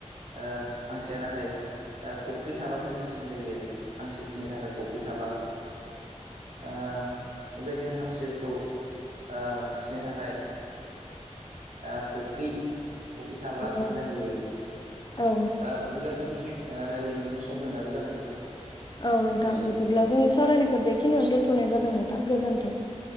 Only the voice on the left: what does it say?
औ
औ नंगौ
औ नोंथां
बिदिब्ला जोंनि सावरायनायखौ बेखिनियावनो दोनथ'नाय जाबाय नोंथां गोजोन्थों